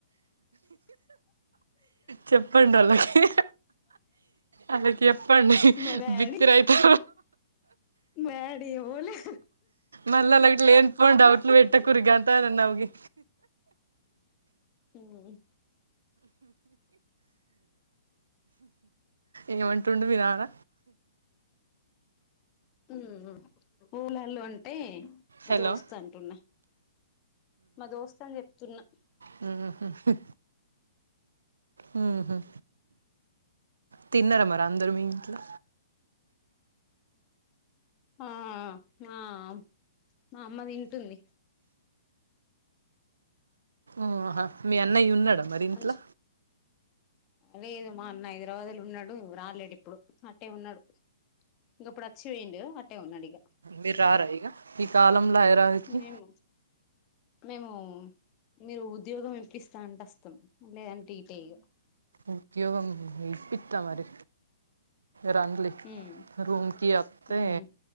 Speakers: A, on the right; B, on the left.
A: చెప్పండి వాళ్లకి అలాకి చెప్పండి
B: మా డాడీ
A: బిత్తిరైయిపో
B: మా డాడీ ఎవలే
A: మల్ల లైట్ లేనిపోని డౌట్లు పెట్టకుర్రి గంతగానం నవ్వి
B: ఉమ్మ్
A: ఏమంటుండు మీ నాన్న
B: ఉమ్మ్ పూలలుు అంటే మా
A: హలో
B: దోస్త్ అంటున్నా మా దోస్త్ అని చెప్తున్నా
A: మ్మ్ఉహ్మ్ మ్మ్ఉహ్మ్ తిన్నారా మరి అందరు మీ ఇంట్లో
B: ఆ ఆ మామ్ మాఅమ్మ తింటుంది
A: ఆహా మీ అన్నయ్య ఉన్నాడా మరి ఇంట్లా
B: కొంచెం లేదు మా అన్న హైదరాబాద్ వెళ్ళిపోయినాడు రాలేడు ఇప్పుడు అటే ఉన్నాడు ఇగ అప్పుడు వచ్చిపోయిండు అటే ఉన్నాడు ఇగ
A: మీరు రారా ఇగ ఈ కాలంలో హైదరాబాద్ కి
B: మేము మేము మీరు ఉద్యోగం ఇప్పస్తా అంటే వస్తాం లేదంటే ఈటే ఇగా
A: ఉద్యోగం ఇప్పిత్తా మరి రన్లీ
B: ఉమ్
A: రూమ్‌కి వత్తే
B: ఉమ్